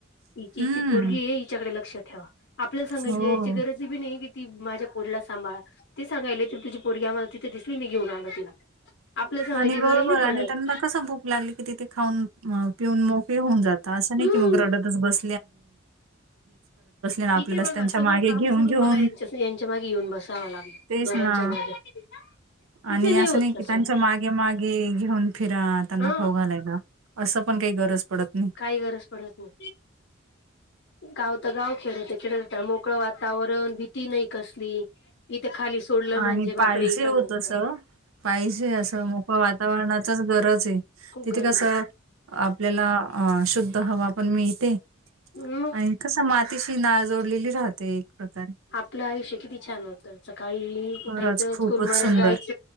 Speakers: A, on the left; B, on the right.
A: हिचीची
B: हम्म.
A: पोरगी आहे हिच्याकडे लक्ष ठेवा आपल्याला सांगायची
B: हो
A: यायची गरजी बी नाही ती माझ्या पोरीला सांभाळ ते सांगायले त तझी पोरगी आम्हाला तिथे दिसली नाही घेऊन आल तिला आपल्याला सांगायची
B: आणि
A: गरज
B: बरोबर
A: नाही पडत.
B: आणि त्यांना कस भूक लागली की तिथे खाऊन पिऊन मग होन जात असं नाही
A: हम्म.
B: की मग रडतच बस आणि आपल्यालाच
A: इथे बघा
B: त्यांच्या
A: सगळं
B: मागे
A: काम
B: घेऊन-घेऊन
A: सोडून मला यांच्या यांच्या मागे येऊन बसत सावं लागल
B: तेच
A: दोघांच्या
B: ना
A: मागे तिथे
B: आणि असं
A: होत
B: नाही
A: तसं
B: कि त्यांच्या मागे मागे घेऊन फिरा त्यांना
A: ह
B: खाऊ घालायला असं पण काही गरज पडत नाही.
A: काय गरज पड तू गाव तर गाव खेळते खेळत मोकळं वातावरण भीती नाही कसली ते खाली सोडलं
B: आणि
A: म्हणजे बापर
B: पाहिजे
A: हे करणार
B: हो तसं पाहिजे असं मोक वातावरणाचच गरज आहे
A: खूप
B: तिथे
A: गरज
B: कसं
A: आहे
B: आपल्याला अ शुद्ध हवा पण मिळते
A: मग
B: आणि कसं मातीशी नाळ जोडलेली राहते एक प्रकारे
A: आपलं आयुष्य किती छान होतं सकाळी
B: खरंच
A: उठायच
B: खूपच
A: स्कूल म
B: सुंदर
A: जायच